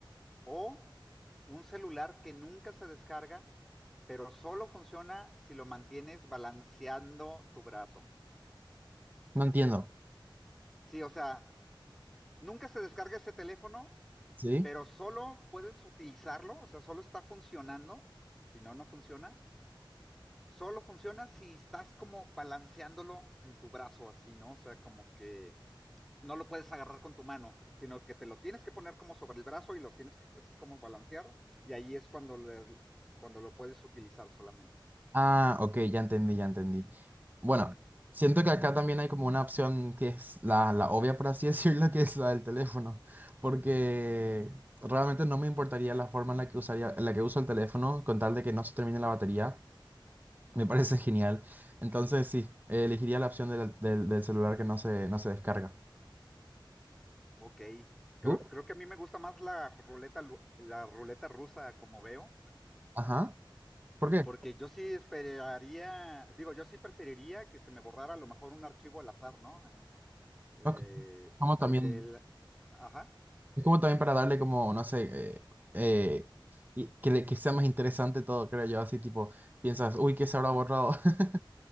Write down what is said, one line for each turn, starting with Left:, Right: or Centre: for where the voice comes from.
Centre: O un celular que nunca se descarga, pero solo funciona si lo mantienes balanceando tu brazo.
Right: no entiendo.
Centre: Sí, o sea, nunca se descarga ese teléfono,
Right: ¿Sí?
Centre: pero solo puedes utilizarlo, o sea, solo está funcionando, si no, no funciona, Solo funciona si estás como balanceándolo en tu brazo así, ¿no? O sea, como que no lo puedes agarrar con tu mano, sino que te lo tienes que poner como sobre el brazo y lo tienes que así como balancear y ahí es cuando, le- cuando lo puedes utilizar solamente.
Right: Ah, ok, ya entendí, ya entendí. Bueno,
Centre: Ujú.
Right: siento que acá también hay como una opción que es la, la obvia, por así <laughs> decirlo, que es la del teléfono, porque realmente no me importaría la forma en la que usaría, en la que uso el teléfono con tal de que no se termine la batería. Me parece genial. Entonces sí, eh, elegiría la opción del, del- del celular que no se, no se descarga.
Centre: Ok, creo,
Right: ¿Tú?
Centre: creo que a mí me gusta más la ruleta, lu- la ruleta rusa como veo,
Right: Ajá. ¿Por qué?
Centre: porque yo sí esperaría, digo, yo sí preferiría que se me borrara a lo mejor un archivo al azar, ¿no? Eh,
Right: Ok. Como
Centre: pero
Right: también,
Centre: que el... Ajá.
Right: es como también para darle como, no sé, eh, eh, y que, le- que sea más interesante todo, creo yo. Así tipo, piensas, uy, ¿qué se habrá borrado? <laughs>